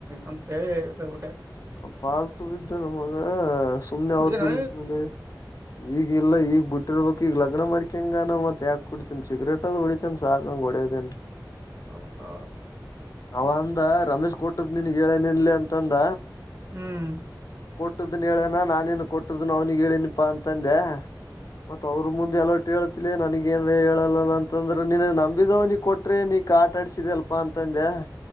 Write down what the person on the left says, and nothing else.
ಪಾಲ್ ತು ಬಿದ್ದೆ ನಮಗ ಸುಮನೆ
ಅವ್ರ ಬೆಲ್ಲಿಸ ನೋಡಿ ಈಗ ಇಲ್ಲ ಈಗ ಬಿಟ್ಟಿರ್ಬೇಕು ಈಗ ಲಗ್ ಕಗ್ ಮಾಡಡಿಕಂಗ ನ ಮತ್ತೇಾಕ್ ಕುಡತಿ ಸಿಗ್ರೇಟ್ ಅದು ಹೊಡಿತಿ ಸಾಕಂಗಗೆ ಹೊಡತೇಿ
ಅವ ಅಂದ ರಮೇಶ್ ಕೊಟ್ಟದ್ ನನ್ಗ್ ಹೇಳ ನಿನ್ಲಿ ಅಂತಂದ
ಕೊಟ್ಟನ್ ಹೇಳನ ನಾನೇನು ಕೊಟ್ಟದನ ಅವ್ನಿಿಗೆ ಹೇಳೇನಿಪಾ ಅಂತಂದೆ ಮತ್ತ ಅವ್ರರು ಮುಂದೆ ಎಲ್ಲ ನನಗ ಏನ್ ಹೇಳಲ್ಲ ಅಂತಂದ್ರೆನ ನಮಿದವ ನೀ ಕೊಟ್ರೆ ನೀ ಕ ಆಟಾಡ್ಸ ಸಿಗಲ್ಪಾ ಅಂತಂದೆ